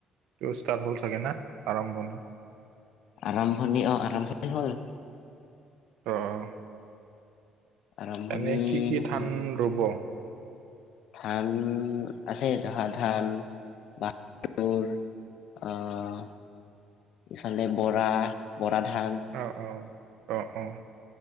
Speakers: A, on the right; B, on the left.
A: ব্যবস্থা হ'ল চাগে না আৰম্ভণি?
B: আৰম্ভণি অঁ, আৰম্ভণি হ'ল।
A: অঁ, অঁ,
B: আৰম্ভণি
A: এনেই কি কি ধান
B: হ'ল
A: ৰুব?
B: ধান আছে জহা ধান বাহাদুৰ। আহ ইফালে বৰা, বৰা ধান।
A: অঁ অঁ, অঁ অঁ।